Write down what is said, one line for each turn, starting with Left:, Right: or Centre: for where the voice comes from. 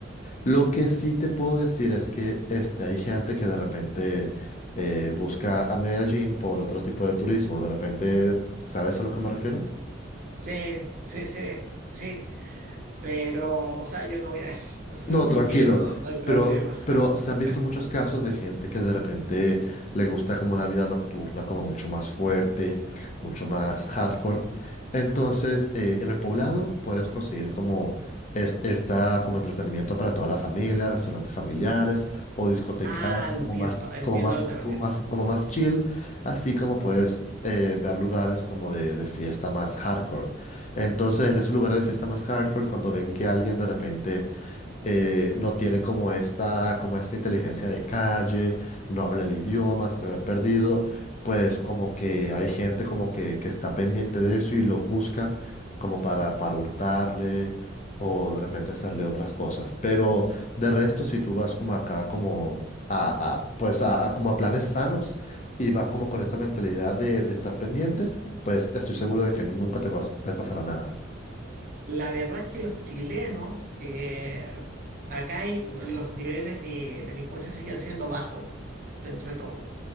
Left: Lo que sí te puedo decir es que este, hay gente que de repente eh, busca a Medellín por otro tipo de turismo. De repente, ¿sabes a lo que me refiero?
Right: Sí, sí, sí, sí. Pero, o sea, yo no voy a eso. <laughs>
Left: No,
Right: Así
Left: tranquilo.
Right: que no, no hay problema.
Left: Pero,
Right: <laughs>
Left: pero se han visto muchos casos de gente que de repente le gusta como una vida nocturna, como mucho más fuerte, mucho más hardcore. Entonces, eh, en el poblado puedes conseguir como est- esta como entretenimiento para toda la familia, restaurantes familiares o discotecas
Right: Ah, entiendo,
Left: como más,
Right: entiendo
Left: como más,
Right: a lo que te
Left: como
Right: refieres.
Left: más, como más chill, así como puedes eh, ver lugares como de, de fiesta más hardcore. Entonces, en esos lugares de fiesta más hardcore, cuando ven que alguien de repente eh, no tiene como esta, como esta inteligencia de calle, no habla el idioma, se ve perdido, pues como que hay gente como que, que está pendiente de eso y los busca como para, para hurtarle o de repente hacerle otras cosas. Pero de resto, si tú vas como acá como a, a- pues a, a como a planes sanos y vas como con esa mentalidad de, de estar pendiente, pues estoy seguro de que nunca te, pas- te pasará nada.
Right: La verdad es que los chilenos, eh, acá hay, los niveles de delincuencia siguen siendo bajos dentro de todo.